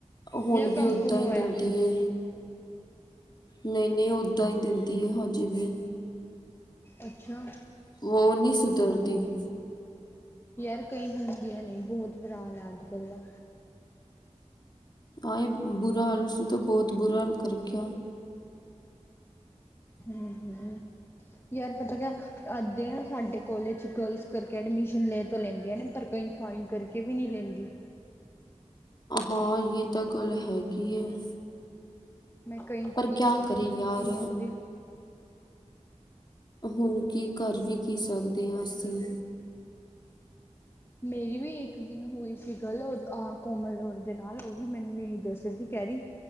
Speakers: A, on the left; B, on the left.
A: ਹੁਣ
B: ਜਿਹੜਾ
A: ਵੀ
B: ਕੰਮ
A: ਓਦਾਂ
B: ਕੁਮ
A: ਈ
B: ਹੋਇਆ
A: ਦਿੰਦੀ ਏ। ਨਈ-ਨਈ ਓਦਾਂ ਈ ਦਿੰਦੀ ਐ ਹਜੇ ਵੀ।
B: ਅੱਛਾ।
A: ਓ ਨੀ ਸੁਧਰਦੀ।
B: ਯਾਰ ਕਈ ਹੁੰਦੀਆਂ ਨੇ, ਬਹੁਤ ਬੁਰਾ ਹਾਲ ਐ ਅੱਜਕੱਲ੍ਹ ਦਾ।
A: ਆਏ ਬੁਰਾ ਹਾਲ ਉਸਨੇ ਤਾਂ ਬਹੁਤ ਬੁਰਾ ਹਾਲ ਕਰ ਰੱਖਿਐ।
B: ਹੂੰ, ਹੂੰ ਯਾਰ ਪਤਾ ਕਆ ਏਦਾ ਨਾ ਸਾਡੇ ਕੋਲਜ ਚ ਗਰਲਸ ਕਰਕੇ ਐਡਮਿਸ਼ਨ ਲੈ ਤੇ ਲੈਂਦੀਆਂ ਨੇ ਪਰ ਕਈ ਫਾਈਨ ਕਰਕੇ ਵੀ ਨੀ ਲੈਂਦੀ।
A: ਹਾਂ, ਯੇ ਤਾਂ ਗੱਲ ਹੈਗੀ ਐ।
B: ਮੈਂ ਕਈ
A: ਪਰ
B: ਕੁੜੀਆਂ
A: ਕਿਆ
B: ਵੇਖੀਆਂ
A: ਕਰੇ ਯਾਰ
B: ਨੇ ਕਈਆਂ ਨੂੰ ਦੇ
A: ਹੁਣ ਕੀ ਕਰ ਵੀ ਕੀ ਸਕਦੇ ਆ ਅਸੀਂ
B: ਮੇਰੀ ਵੀ ਇੱਕ ਦਿਨ ਹੋਈ ਸੀ ਗੱਲ ਓ ਆਹ ਕੋਮਲ ਔਰ ਦੇ ਨਾਲ ਓ ਵੀ ਮੈਨੂੰ ਇਹੀ ਦੱਸ ਰਹੀ ਸੀ। ਕਹਿ ਰਈ